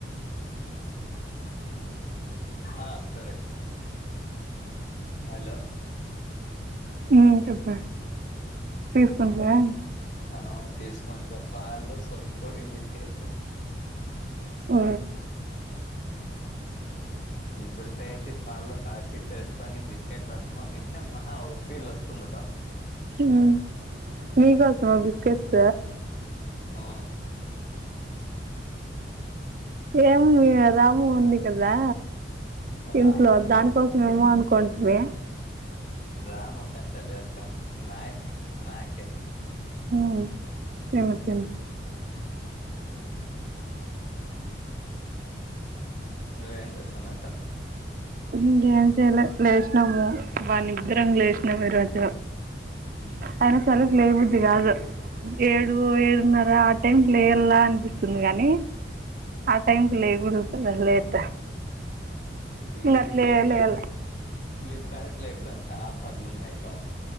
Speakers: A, on the left; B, on the right.
A: ఆ సరే హలో
B: ఊ చెప్ప <unintelligible>
A: ఆవు తీసుకుంట్రగా పాలు సొప్పుడి బిస్కెట్
B: ఊ
A: ఇప్పుడి పేసి పాల్లో కాసిసి వేసుకొని బిస్కెట్లు అద్దుకొని తింటే మా ఒక ఫీల్ వస్తుంది క
B: ఉమ్ మీ కోసమా బిస్కెట్స్
A: ఆ
B: ఏమి రాము ఉంది కదా
A: రాముకి
B: ఇంట్లో దానికోసమేమో అనుకుంటిమి
A: రాము కి అంతలేదు తనకి నా నాకే
B: ఊ తిను తిను
A: నువ్వేం చేస్తున్నావు క
B: ఇంకేం చెయలే లేచినాము బానిద్దరం లేచినాము ఈ రోజు
A: ఉమ్
B: అయినా చలి కి లేయ బుద్ధి కాదు ఏడు ఏడున్నర ఆ టైంకి లేయలా అనిపిస్తుంది గాని ఆ టైమ్ కి లేకుడదు
A: ఉమ్
B: కదా లేట్
A: ఇది
B: ఇంగ అట్లే
A: ఫ్లిప్కార్ట్
B: లేయాల
A: ఫ్లిప్కార్ట్ లో ఇప్పుడు అంతా ఆఫర్లు ఉన్నాయిక్క